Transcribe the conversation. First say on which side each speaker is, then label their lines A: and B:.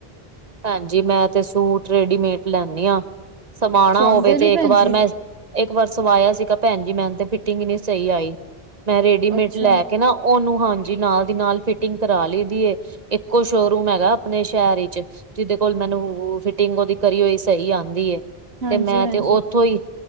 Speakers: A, on the right; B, on the right.
A: ਭੈਣਜੀ, ਮੈਂ ਤੇ ਸੂਟ ਰੇਡੀਮੇਡ ਲੈਦੀ ਆਂ। ਸਮਾਣਾ
B: ਸਵਾਉਂਦੇ
A: ਹੋਵੇ ਤੇ
B: ਨੀ ਭੈਣ
A: ਇੱਕ ਵਾਰ
B: ਜੀ,
A: ਮੈਂ- ਇੱਕ ਵਾਰ ਸਵਾਇਆ ਸੀਗਾ ਭੈਣ ਜੀ, ਮੈਨੂੰ ਤੇ ਫਿਟਿੰਗ ਨੀ ਸਹੀ ਆਈ, ਮੈਂ ਰੇਡੀਮੇਡ
B: ਅੱਛਾ
A: ਲੈਕੇ ਨਾ- ਉਹਨੂੰ ਹਾਂਜੀ ਨਾਲ ਦੀ ਨਾਲ ਫਿਟਿੰਗ ਕਰਾ ਲਈਦੀ ਏ। ਇੱਕੋ ਸ਼ੋਰੂਮ ਹੈਗਾ, ਆਪਣੇ ਸ਼ਹਿਰ ਵਿੱਚ। ਜਿਹਦੇ ਕੋਲ ਮੈਨੂੰ ਓ ਫਿਟਿੰਗ ਉਹਦੀ ਕਰੀ ਹੋਈ ਸਹੀ ਆਉਂਦੀ
B: ਹਾਂਜੀ
A: ਏ ਮੈਂ
B: ਹਾਂਜੀ
A: ਤੇ ਉੱਥੋਂ ਹੀ-